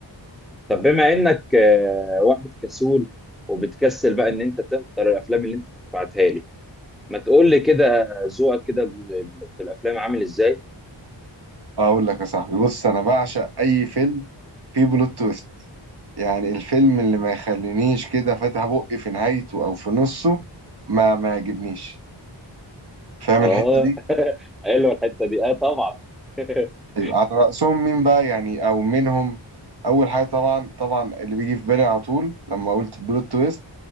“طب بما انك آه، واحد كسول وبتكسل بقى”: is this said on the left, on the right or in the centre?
Centre